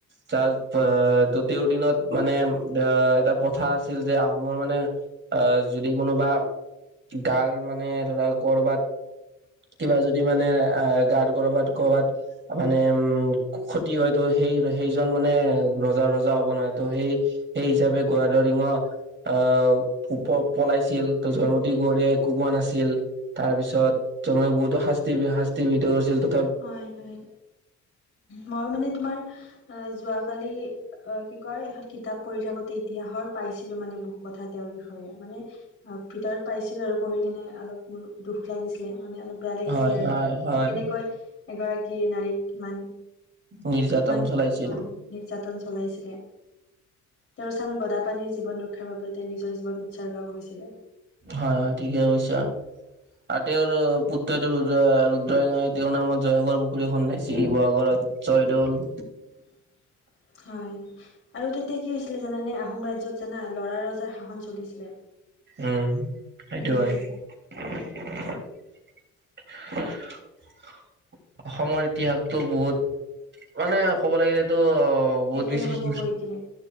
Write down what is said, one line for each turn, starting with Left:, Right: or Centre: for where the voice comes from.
Right: তাৰ আহ, ত' তেওঁৰ দিনত মানে এ এটা প্ৰথা আছিল যে আহোমৰ মানে আহ, যদি কোনোবা গাৰ মানে ধৰা কৰ'বাত কিবা যদি মানে আহ গাৰ কৰ'বাত-কৰ'বাত মানে উম, ক্ষতি হয়তো সেই-সেইজন মানে ৰজা-ৰজা হ'ব নোৱাৰে ত সেই সেই হিচাপে গাদৰিঙ। আহ, উপৰ পলাইছিল ত জয়মতী কৰি একো কোৱা নাছিল তাৰ পিছত, ত'মই বহুতো শাস্তি -শাস্তি ভিতৰত আছিলটো।
Left: হয়- হয় মইয় মানে তোমাৰ অ, যোৱাকালি অ কি কয় এখন কিতাপ পঢ়ি থাকোতে ইতিহাসৰ পাইছিলো মানে বহু কথা তেওঁৰ বিষয়ে মানে অ, ভিতৰত পাইছিলো আৰু পঢ়ি কিনে অলপ মোৰ দুুখ লাগিছিলে মানে অলপ বেয়া লাগিছিলে
Right: হয়
Left: আৰু
Right: হয় হয়
Left: যে কেনেকৈ এগৰাকী নাৰীক ইমান
Right: নিৰ্যাতন
Left: ইমান
Right: চলাইছিল
Left: হয় নিৰ্যাতন চলাইছিলে। তেওঁৰ স্বামী গদাপানীৰ জীৱন ৰক্ষাৰ বাবে তেওঁ নিজৰ জীৱন উৎসৰ্গা কৰিছিলে।
Right: হয়-হয় ঠিকে কৈছা। অ, তেওঁৰ পুত্ৰটো ৰুদ্ৰ - ৰুদ্ৰসিংহই তেওঁৰ নামত জয়সাগৰ পুখুৰী খন্দাইছিল শিৱসাগৰত। জয়দৌল
Left: <inaudible> হয় আৰু তেতিয়া কি হৈছিলে জানানে আহোম ৰাজ্যত জানা লৰা ৰজাৰ শাসন চলিছিলে।
Right: উম, সেইটো
Left: উম
Right: হয়। <unintelligible> অসমৰ ইতিহাসটো বহুত মানে ক'ব লাগিলেটো অ, বহুত
Left: শেষে
Right: বিচেষ
Left: নহব কৈ কিনে